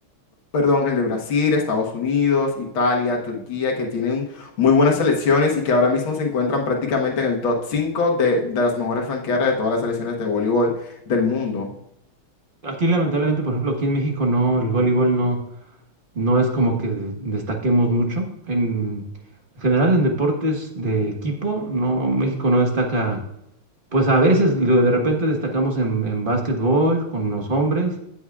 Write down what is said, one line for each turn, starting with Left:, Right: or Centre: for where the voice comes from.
Left: perdón, el de Brasil, Estados Unidos, Italia, Turquía, que tienen muy buenas selecciones y que ahora mismo se encuentran prácticamente en el top 5 de, de las mejores franqueadas de todas las selecciones de voleibol del mundo.
Right: Aquí lamentablemente, por ejemplo, aquí en México no, el voleibol no. No es como que de- destaquemos mucho. En general, en deportes de equipo, no, México no destaca. Pues a veces, luego de repente destacamos en, en básquetbol con los hombres